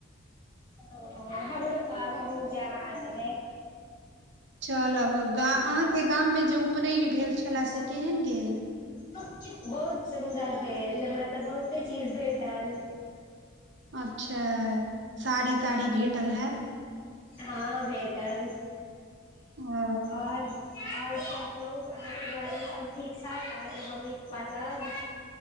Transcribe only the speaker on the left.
ओ हमरो कहब हमहू जायब आहां संगे।
बहुत सुन्दर भेल हमरा तऽ बहुते चीज भेटल।
हँ भेटब
आओर। आओर सब कहू अहाँके घरमे सब ठीक छैथ अहाँके मम्मी पप्पा सब?